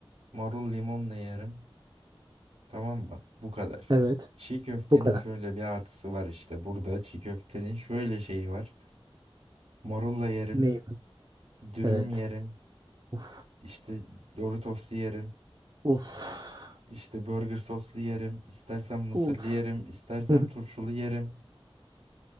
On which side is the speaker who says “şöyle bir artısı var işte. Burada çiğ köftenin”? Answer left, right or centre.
Right